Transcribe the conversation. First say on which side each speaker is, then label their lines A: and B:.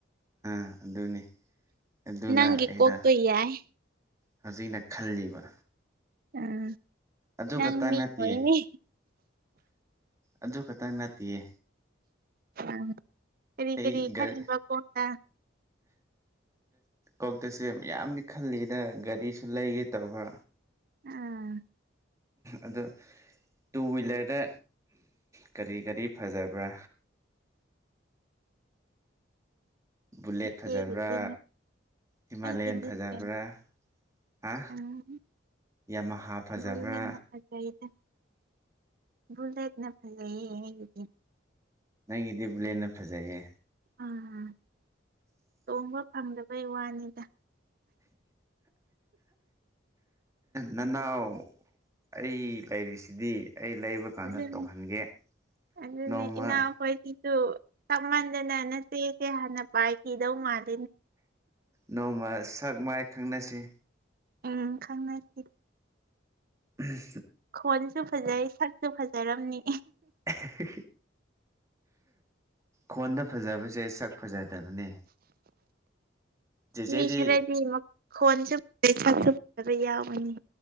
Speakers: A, on the right; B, on the right.
A: ꯑꯥ ꯑꯗꯨꯅꯦ ꯑꯗꯨꯅ
B: ꯅꯪꯒꯤ
A: ꯑꯩꯅ
B: ꯀꯣꯛꯇꯣ ꯌꯥꯏ
A: ꯍꯧꯖꯤꯛꯅ ꯈꯜꯂꯤꯕ
B: ꯎꯝ
A: ꯑꯗꯨ
B: ꯅꯪ
A: ꯈꯛꯇꯪ
B: ꯃꯤ
A: ꯅꯠꯇꯦꯌꯦ
B: ꯍꯣꯏꯅꯦ
A: ꯑꯗꯨ ꯈꯛꯇꯪ ꯅꯠꯇꯦꯌꯦ
B: ꯑꯪ ꯀꯔꯤ
A: ꯑꯩ
B: ꯀꯔꯤ
A: ꯒꯥꯔꯤ
B: ꯈꯜꯂꯤꯕ ꯀꯣꯟꯅ
A: ꯀꯣꯛꯇꯁꯦ ꯌꯥꯝꯗꯤ ꯈꯜꯂꯤꯅ ꯒꯥꯔꯤꯁꯨ ꯂꯩꯒꯦ ꯇꯧꯕ
B: ꯎꯝ
A: ꯑꯗꯣ ꯇꯨ ꯍ꯭ꯋꯤꯂꯔꯗ ꯀꯔꯤ ꯀꯔꯤ ꯐꯖꯕ꯭ꯔꯥ ꯕꯨꯂꯦꯠ
B: ꯏꯆꯦꯒꯤꯗꯤꯅꯦ
A: ꯐꯖꯕ꯭ꯔꯥ ꯍꯤꯃꯥꯂꯌꯥꯟ
B: ꯑꯩꯒꯤꯗꯤꯅꯦ
A: ꯐꯖꯕ꯭ꯔꯥ ꯍꯥ
B: ꯎꯝ
A: ꯌꯥꯃꯍꯥ ꯐꯖꯕ꯭ꯔꯥ
B: ꯕꯨꯂꯦꯠꯅ ꯐꯖꯩꯗ ꯕꯨꯂꯦꯠꯅ ꯐꯥꯖꯌꯦ ꯑꯩꯒꯤꯗꯤ
A: ꯅꯪꯒꯤꯗꯤ ꯕꯨꯂꯦꯠꯅ ꯐꯖꯌꯦ
B: ꯎꯝ ꯇꯣꯡꯕ ꯐꯪꯗꯕꯩ ꯋꯥꯅꯤꯗ
A: ꯅꯥꯅꯥꯎ ꯑꯩ ꯂꯩꯥꯔꯤꯁꯤꯗꯤ ꯑꯩ ꯂꯩꯕ ꯀꯥꯟꯗ
B: ꯑꯗꯨꯅꯤ
A: ꯇꯣꯡꯍꯟꯒꯦ
B: ꯑꯗꯨꯅꯦ
A: ꯅꯣꯡꯃ
B: ꯏꯅꯥꯎꯈꯣꯏꯁꯤꯁꯨ ꯇꯞꯃꯟꯗꯅ ꯅꯥꯆꯦꯁꯦ ꯍꯥꯟꯅ ꯄꯥꯏꯈꯤꯗꯧ ꯃꯥꯜꯂꯦ
A: ꯅꯣꯡꯃ ꯁꯛ ꯃꯥꯏ ꯈꯪꯅꯁꯦ
B: ꯎꯝ ꯈꯪꯅꯁꯦ
A: ꯎꯝ
B: ꯈꯣꯟꯁꯨ ꯐꯖꯩ ꯁꯛꯁꯨ ꯐꯖꯔꯝꯅꯤ
A: <unintelligible> ꯈꯣꯟꯗ ꯐꯖꯕꯁꯦ ꯁꯛ ꯐꯖꯗꯕꯅꯦ ꯆꯦꯆꯦꯗꯤ
B: ꯃꯤ ꯈꯔꯗꯤ ꯃꯈꯣꯟꯁꯨ ꯁꯛꯁꯨ ꯐꯖꯕ ꯌꯥꯎꯕꯅꯦ